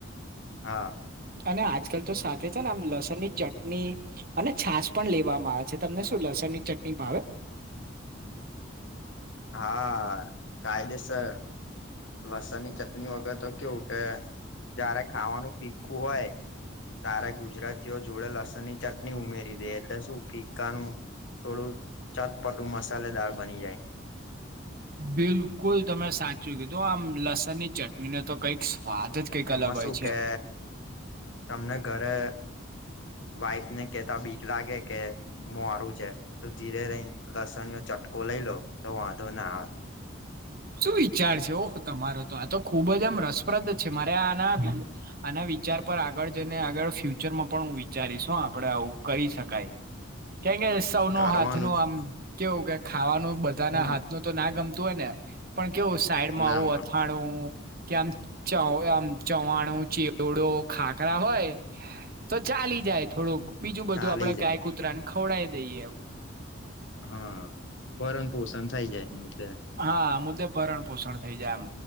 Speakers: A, on the left; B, on the right.
A: હા
B: અને આજકલ તો સાથે છે ને આમ લસનની ચટની અને છાસ પણ લેવામાં આવે છે તમને શું લસણ ની ચટની ભાવે
A: હા કાયદેસર લસણ ની ચટની વગર તો કેવું કે જારે ખાવાનું ભીખુ હોય તારે ગુજરાતીઓ જોડે લસનની ચટ ની ઉમેરી દેય એટલે શું ફિક્કાનું થોડું ચતપટું મસાલેદાર બની જાય.
B: બિલકુલ તમે સાચું કીધું આમ લસનની ચટની ને તો કઈક સ્વાદ જ કંઈક
A: એમાં
B: અલગ
A: શું
B: હોય છે
A: કે તમને ઘરે વાઈફ ને કેતા બીક લાગે કે મોરું છે તો ધીરે રઈન લસનનો ચટકો લઈ લો તો વાંધો ના આવે.
B: શું વિચાર છે ઓહ તમારો તો આ તો ખૂબ જ આમ રસપ્રદ છે મારે આના આના વિચાર પર આગળ જઈને આગળ ફ્યુચરમાં પણ હું વિચારીશું આપડે આવું કરી શકાય. કેંગેસ તઉનો
A: કરવાનું
B: હાથ નું
A: જ
B: આમ કેવું કે ખાવાનું બધાના
A: હમ
B: હાથ નું તો ના ગમતું હોય ને. પણ કેવું સાઈડમાં
A: નામાં
B: આવું અથાણું કે આમ ચ આમ ચવાણું ચેવડો ખાકરા હોય તો ચાલી જાય થોડુંક બીજું બધું
A: ચાલી
B: આપડે
A: જાય
B: ગાય કૂતરાને ખવડાય દઈએ એમ.
A: હા ભરણ પોષણ થઈ જાય મુદ્દે
B: હા આ મુદ્દે ભરણ પોષણ થઈ જાય એમ